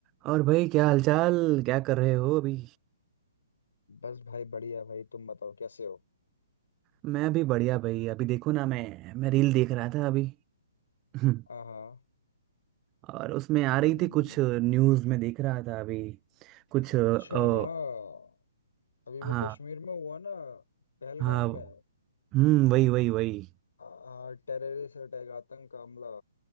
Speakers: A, on the right; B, on the left.
A: और भाई क्या हालचाल क्या कर रहे हो अभी
B: बस भाई बढ़िया भाई तुम बताओ कैसे हो
A: मैं भी बढ़िया भाई अभी देखो ना मैं मैं रील देख रहा था अभी <laughs>
B: हाँ हाँ
A: और उसमें आ
B: हम्म
A: रही थी कुछ न्यूज़ में देख रहा था अभी कुछ
B: अच्छा
A: अ,
B: हाँ अभी वो
A: हाँ
B: कश्मीर में हुआ ना पहलगाम
A: हाँ
B: में
A: हम्म वही वही वही
B: आ, टेररिस्ट अटैक आतंक का हमला